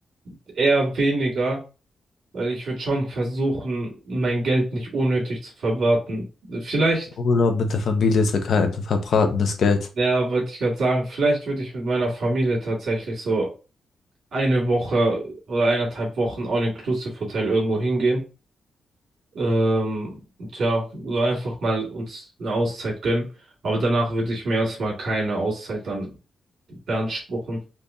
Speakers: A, on the right; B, on the left.
A: eher weniger, weil ich würde schon versuchen, mein Geld nicht unnötig zu verwerten. Vielleicht,
B: Urlaub mit der Familie ist ja kein verbratenes Geld.
A: ja, wollte ich gerade sagen, vielleicht würde ich mit meiner Familie tatsächlich so eine Woche oder eineinhalb Wochen All-Inclusive-Hotel irgendwo hingehen. Ähm, tja, so einfach mal uns eine Auszeit gönnen. Aber danach würde ich mir erstmal keine Auszeit dann beanspruchen,